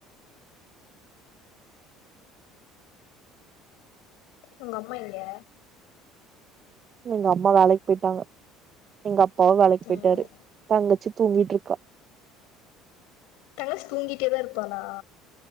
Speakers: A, on the left; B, on the right.
A: உங்கம்மா எங்க
B: எங்கம்மா வேலைக்கு போயிட்டாங்க எங்க அப்பாவு வேலைக்கு போயிட்டாரு
A: ம்
B: தங்கச்சி தூங்கிட்டு இருக்கா
A: தங்கச்சி தூங்கிட்டேதா இருப்பாளா